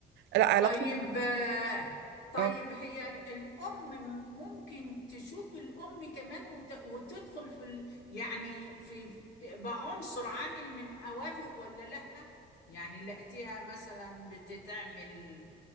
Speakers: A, on the right; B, on the left.
A: لا علاقة
B: طيب آه، طيب
A: اه
B: هي ال- الأم م- ممكن تشوف الأم كمان وت- وتدخل في ال- يعني في في- تبقى عنصر عامل من أوافق ولا لأ؟ يعني لقيتيها مثلا بتتعمل